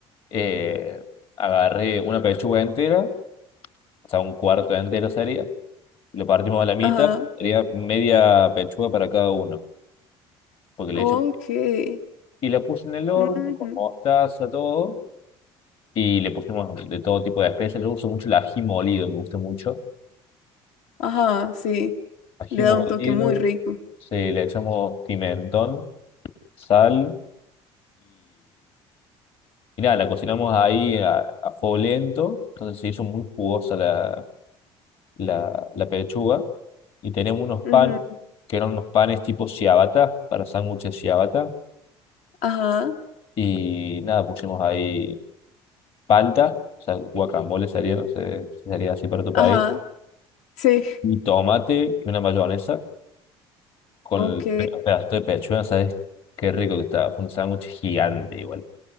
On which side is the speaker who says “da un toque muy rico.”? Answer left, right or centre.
Left